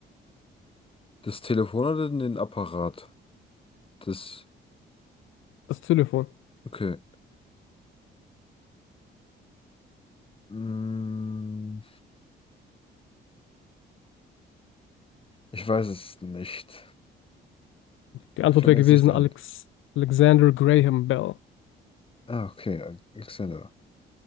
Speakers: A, on the left (about 25°); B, on the left (about 85°).
A: das Telefon oder den Apparat? Das,
B: Das Telefon.
A: okay. Mm, ich weiß es nicht.
B: Die Antwort
A: Fällt
B: wäre
A: mir jetzt
B: gewesen
A: nicht an.
B: Alex Alexander Graham Bell.
A: Ah, okay. Alexander.